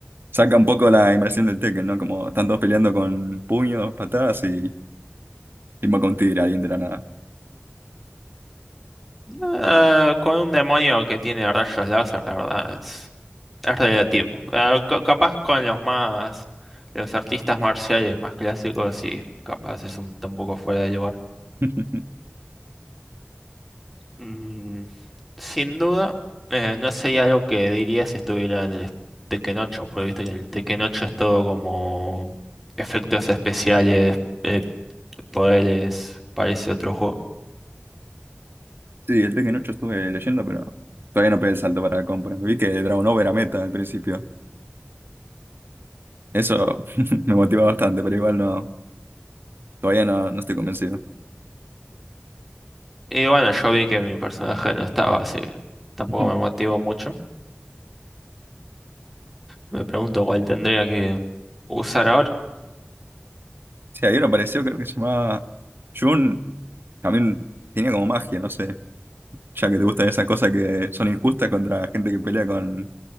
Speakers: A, on the right; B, in the centre.
A: saca un poco la inversión del Tekken, ¿no? Como están todos peleando con puños, patadas y invoca un tigre alguien de la nada.
B: eh, con un demonio que tiene rayos láser, la verdad, es, es relativo. Eh, ca- capaz con los más. Los artistas marciales más clásicos, sí, capaz es un, está un poco fuera de lugar.
A: <laughs>
B: Mm, sin duda, eh, no sería algo que diría si estuviera en el Tekken 8, porque viste que el Tekken 8 es todo como efectos especiales. eh, poderes, parece otro juego.
A: Sí, el Tekken 8 estuve leyendo, pero todavía no pegué el salto para la compra. Vi que Dragon Ball era meta al principio. Eso <laughs> me motiva bastante, pero igual no, todavía no, no estoy convencido.
B: Y bueno, yo vi que mi personaje no estaba, así que tampoco
A: <laughs>
B: me motivó mucho. Me pregunto cuál tendría que usar ahora.
A: Sí, hay uno apareció, creo que se llamaba Jun. También tenía como magia, no sé. Ya que te gustan esas cosas que son injustas contra gente que pelea con